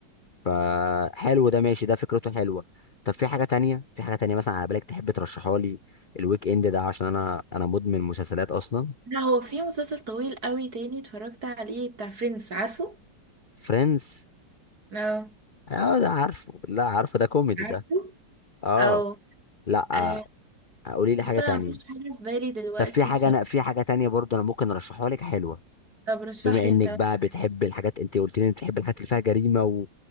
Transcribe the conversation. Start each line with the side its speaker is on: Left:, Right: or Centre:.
Left: فحلو ده ماشي ده فكرته حلوه طب في حاجه تانية في حاجه تانية مثلا على بالك تحب ترشحها لي الويك اند ده عشان انا انا مدمن مسلسلات اصلا
Right: لا هو في مسلسل طويل قوي تاني اتفرجت عليه بتاع فريندز عارفه؟
Left: فريندز
Right: اه
Left: اه ده عارفه لا عارفه ده كوميدي
Right: عارفه؟
Left: ده اه
Right: او
Left: لا
Right: آه،
Left: آه، قولي لي
Right: بص
Left: حاجه
Right: انا
Left: تانية
Right: مفيش حاجه في بالي دلوقتي
Left: طب في حاجه انا في حاجه تانية برضو انا ممكن ارشحها لك حلوه
Right: طب رشح
Left: بما
Right: لي
Left: انك
Right: انت مثلا
Left: بقى بتحب الحاجات انت قلت لي إنك بتحب الحاجات اللي فيها جريمه و...